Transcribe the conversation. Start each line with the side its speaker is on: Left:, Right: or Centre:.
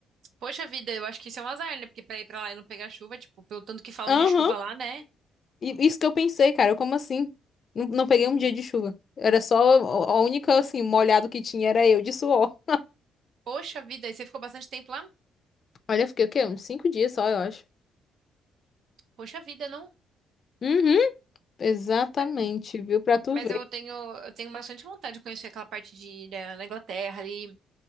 Right: Poxa vida, eu acho que isso é um azar, né? Porque pra ir pra lá e não pegar chuva, tipo, pelo tanto que falam
Left: Aham.
Right: de chuva lá, né?
Left: E isso que eu pensei, cara, como assim? Não, não peguei um dia de chuva. Era só a a única, assim, molhado que tinha era eu de suor.
Right: Poxa vida, e você ficou bastante tempo lá?
Left: Olha, eu fiquei o quê? Uns cinco dias só, eu acho.
Right: Poxa vida, não.
Left: Uhum. Exatamente,
Right: Ma-
Left: viu? Pra tu
Right: Mas
Left: ver.
Right: eu tenho, eu tenho bastante vontade de conhecer aquela parte de, da, da Inglaterra ali,